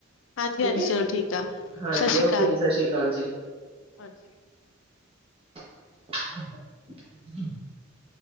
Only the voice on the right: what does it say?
ਠੀਕ ਹੈ।
ਹਾਂਜੀ
ਓਕੇ
ਜੀ ਸਤਿ ਸ਼੍ਰੀ ਅਕਾਲ ਜੀ।
<inaudible>